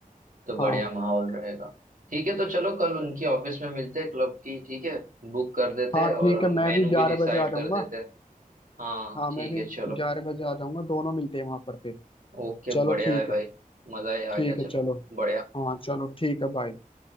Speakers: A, on the right; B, on the left.
A: तो बढ़िया
B: हाँ
A: माहौल रहेगा ठीक है तो चलो कल उनकी ऑफिस में मिलते हैं क्लब की ठीक है बुक कर देते
B: हाँ
A: हैं और
B: ठीक
A: हम
B: है मैं
A: मेनू
B: भी ग्यारह
A: भी डिसाइड
B: बजे आ
A: कर
B: जाऊंगा
A: देते हैं हाँ
B: हाँ
A: ठीक
B: मैं भी
A: है चलो
B: ग्यारह बजे आ जाऊंगा दोनों मिलते हैं वहां पर फिर
A: ओके
B: चलो
A: बढ़िया
B: ठीक
A: है भाई
B: है
A: मजा ही आ
B: ठीक
A: गया
B: है
A: चलो
B: चलो
A: बढ़िया
B: हाँ चलो ठीक है बाय